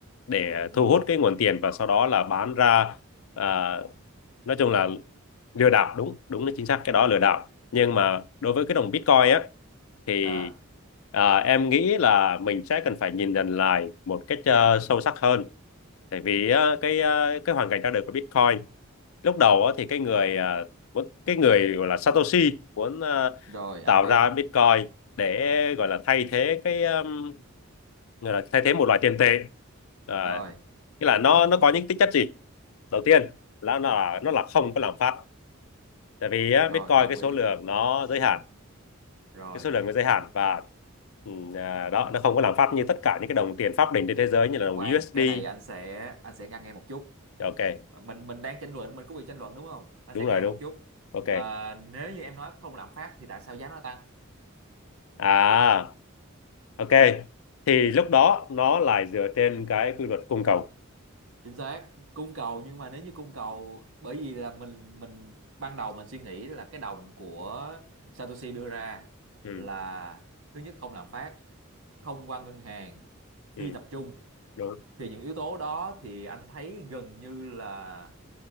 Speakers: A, on the left; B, on the right.
A: để
B: ừ
A: thu hút cái nguồn tiền và sau đó là bán ra ờ, nói chung là lừa đảo đúng đúng là chính xác cái đó là lừa đảo nhưng mà đối với cái đồng Bitcoin á thì
B: à
A: à, em nghĩ là mình sẽ cần phải nhìn nhận lại một cách ờ, sâu sắc hơn tại vì á, cái ờ, cái hoàn cảnh ra đời của Bitcoin lúc đầu á, thì cái người ờ, muốn- cái người gọi là Satoshi muốn ờ,
B: rồi anh
A: tạo
B: biết
A: ra Bitcoin để gọi là thay thế cái um, gọi là thay thế một loại tiền tệ Ờ,
B: rồi
A: nghĩa là nó nó có những tính chất gì đầu tiên là nó là nó là không có lạm phát tại vì á,
B: rồi
A: Bitcoin
B: đồng
A: cái
B: ý
A: số lượng nó giới hạn
B: rồi
A: cái số lượng nó giới hạn và ừ, à, đó nó không có lạm phát như tất cả những cái đồng tiền pháp định trên thế giới như là đồng
B: khoan
A: USD
B: cái này anh sẽ anh sẽ ngăn em một chút
A: ok
B: mình mình đang tranh luận mình có quyền tranh luận đúng không anh
A: đúng
B: sẽ
A: rồi
B: ngăn em
A: đúng
B: một chút
A: ok
B: Ờ, nếu như em nói không lạm phát thì tại sao giá nó tăng
A: à ok thì lúc đó nó lại dựa trên cái quy luật cung cầu
B: chính xác cung cầu nhưng mà nếu như cung cầu bởi vì là mình mình ban đầu mình suy nghĩ là cái đồng của Satoshi đưa ra
A: ừ,
B: là thứ nhất không lạm phát không qua ngân hàng
A: ừ,
B: phi tập trung
A: đúng
B: thì những yếu tố đó thì anh thấy gần như là